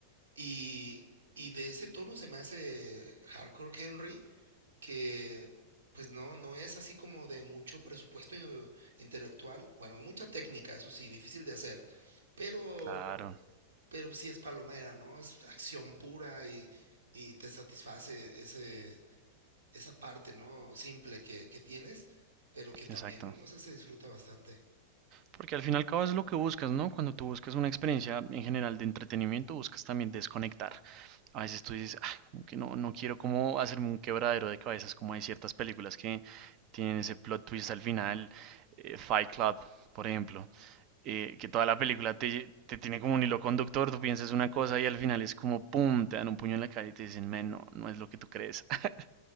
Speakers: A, on the right; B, on the right.
A: Y, y de ese tono se me hace Hardcore Henry, que pues no, no es así como de mucho presupuesto eh, intelectual. Bueno, mucha técnica, eso sí, difícil de hacer pero
B: <laughs> claro,
A: pero sí es palomera, ¿no? Es acción pura y, y te satisface ese, esa parte, ¿no? Simple que, que tienes, pero que también,
B: exacto.
A: o sea, se disfruta bastante.
B: Porque al fin y al cabo es lo que buscas, ¿no? Cuando tú buscas una experiencia en general de entretenimiento, buscas también desconectar. A veces tú dices, "Ah, como que no, no quiero como hacerme un quebradero de cabezas, como hay ciertas películas que tienen ese plot twist al final, eh, Fight Club, por ejemplo, eh, que toda la película te, te tiene como un hilo conductor, tú piensas una cosa y al final es como, ¡pum!, te dan un puño en la cara y te dicen, men, no, no es lo que tú crees. <laughs>